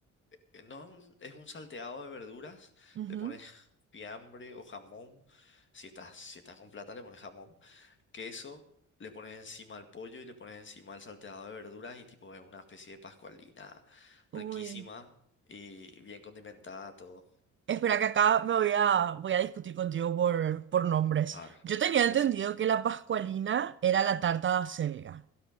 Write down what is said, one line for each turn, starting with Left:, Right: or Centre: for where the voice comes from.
Left: que No es un, es un salteado de verduras,
Right: Ujú.
Left: le pones fiambre o jamón, si estás, si estás con plata le pones jamón, queso, le pones encima el pollo y le pones encima el salteado de verduras y tipo es una especie de pascualina riquísima
Right: Uy.
Left: y bien condimentada todo.
Right: Espera que acá me voy a, voy a discutir contigo por, por nombres.
Left: A ver,
Right: Yo tenía entendido
Left: decime.
Right: que la pascualina era la tarta de acelga.